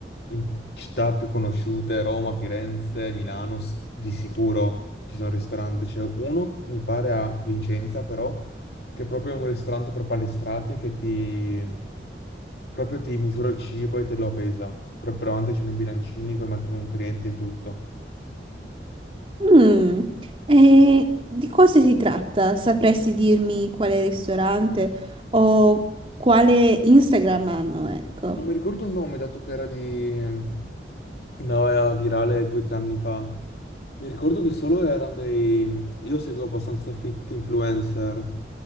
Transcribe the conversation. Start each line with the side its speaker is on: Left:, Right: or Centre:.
Left: in città più conosciute, Roma, Firenze, Milano, s- di sicuro ci sono ristoranti, c'è uno mi pare a Vicenza però, che è proprio un ristorante per palestrati che ti... proprio ti misura il cibo e te lo pesa, proprio davanti c'hanno i bilancini con i macronutrienti e tutto.
Right: Mm, E di cosa si tratta? Sapresti dirmi quale ristorante o quale Instagram hanno, ecco.
Left: Non mi ricordo il nome, dato che era di... andava virale due o tre anni fa. Mi ricordo che solo erano dei... Io seguo abbastanza fit influencer.